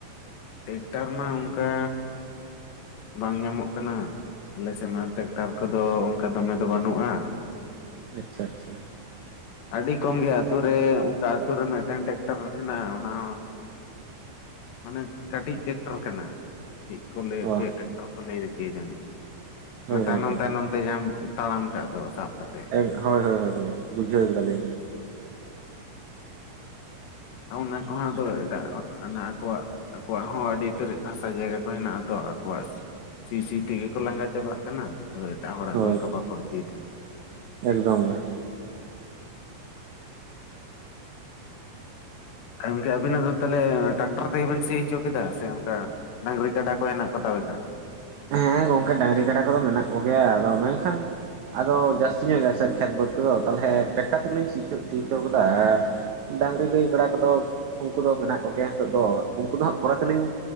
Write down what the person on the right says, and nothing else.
ᱟᱪᱪᱷᱟ ᱟᱪᱪᱷᱟ ᱾
ᱚ
ᱦᱳᱭ ᱦᱳᱭ
ᱮ ᱦᱳᱭ ᱦᱳᱭ ᱦᱳᱭ ᱦᱳᱭ ᱵᱩᱡᱷᱟᱹᱣ ᱠᱟᱫᱟ ᱞᱤᱧ ᱾
ᱦᱳᱭ
ᱮᱠᱫᱚᱢ ᱜᱮ ᱾
ᱦᱮᱸ ᱜᱚᱝᱠᱮ ᱰᱟᱹᱝᱨᱤ ᱜᱟᱰᱟ ᱠᱚᱫᱚ ᱢᱮᱱᱟᱜ ᱠᱚᱜᱮᱭᱟ, ᱟᱫᱚ ᱢᱮᱱᱠᱷᱟᱱ ᱟᱫᱚ ᱡᱟᱹᱥᱛᱤ ᱧᱚᱜ ᱜᱮᱭᱟ ᱥᱮ ᱠᱷᱮᱛ ᱵᱟᱹᱫᱽ ᱠᱚᱫᱚ ᱛᱟᱦᱚᱞᱮ ᱴᱮᱠᱴᱟᱨ ᱛᱮᱜᱮ ᱞᱤᱧ ᱥᱤ ᱦᱚᱪᱚ ᱥᱤ ᱪᱚ ᱜᱚᱫᱟ, ᱟᱨ ᱰᱟᱝᱨᱤ ᱜᱟᱹᱭ ᱠᱟᱲᱟ ᱠᱚᱫᱚ ᱩᱱᱠᱩ ᱫᱚ ᱢᱮᱱᱟᱜ ᱠᱚ ᱜᱮᱭᱟ ᱱᱤᱛᱚᱜ ᱫᱚ ᱩᱱᱠᱩ ᱫᱚ ᱦᱟᱸᱜ ᱯᱚᱨᱮ ᱛᱮᱞᱤᱧ